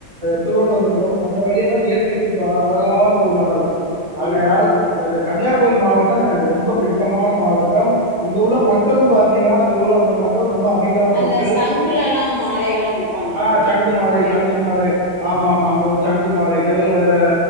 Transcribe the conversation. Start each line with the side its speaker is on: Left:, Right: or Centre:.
Right: திருவனந்தபுரம் அந்த வழியெல்லாம் இயற்கை சுத்து அழகான ஊர்களாக இருக்கும் ஆகையால்
Left: ம்
Right: அந்தது கண் கன்னியாகுரி மாவட்டம் எனக்கு ரொம்ப பிடி ம மாவட்டம் அங்கு உள்ள மக்களும் பாார்த்தீங்கன்னா அங்க உள்ள அங்க மக்கள் ரொம்ப அமைதியான
Left: அந்த
Right: மக்கள்
Left: சங்குலல்லா மாலைகள்லா விப்பாங்களா
Right: ஆஹ்
Left: அங்க
Right: சங்கு மாலை
Left: கேள்விப்பட்டிருக்கே
Right: தங்கு மாலை ஆமா ஆமா அங்க
Left: ம்
Right: வந்து சங்கு மாலை தெருல வேற